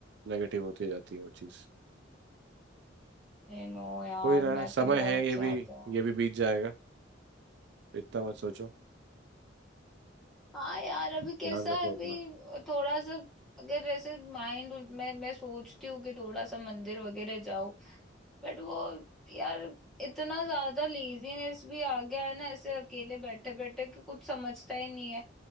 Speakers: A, on the right; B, in the centre.
A: नेगेटिव होती जाती है वो चीज़
B: नहीं नो यार
A: कोई ना
B: मैं
A: समय
B: तो बहुत
A: है ये
B: ज्यादा
A: भी ये भी बीत जाएगा इतना मत सोचो
B: हाँ यार अभी
A: ध्यान
B: कैसा है
A: रखो
B: अभी
A: अपना
B: थोड़ा सा अगर ऐसे माइंड मैं मैं सोचती हूँ कि थोड़ा सा मंदिर वगैरह जाऊं बट वो यार इतना ज्यादा लेजीनेस भी आ गया है ना ऐसे अकेले बैठे बैठे कि कुछ समझता ही नहीं है